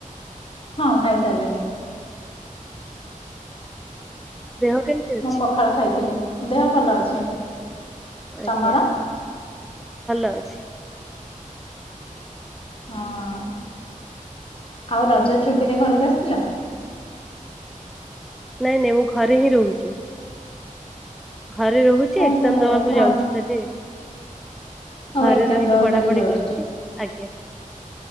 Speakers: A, on the left; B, in the centre.
A: ହଁ ଖାଇସାରିଲିଣି।
B: ଆଜ୍ଞା ଦେହ କେମିତି
A: ମୁଁ
B: ଅଛି?
A: <unintelligible> ଦେହ ଭଲ ଅଛି। ତମର
B: ଆଜ୍ଞା ଭଲ ଅଛି।
A: ହଁ। ଆଉ ରଜ ଛୁଟି ରେ ଘରକୁ ଆସିଥିଲ?
B: ନାଇଁ ନାଇଁ ମୁଁ ଘରେ ହିଁ ରହୁଛି। ଘରେ ରହୁଛି
A: ଓହୋ
B: ଏକ୍ଜାମ ଦବାକୁ
A: ଘର
B: ଯାଉଛି ଖାଲି।
A: ହଉ
B: ଘରେ
A: ଏକ୍ଜାମ
B: ରହିକି
A: ଦବାକୁ
B: ପଢାପଢି
A: ଖାଲି ଯାଉଛ
B: କରୁଛି। ଆଜ୍ଞା,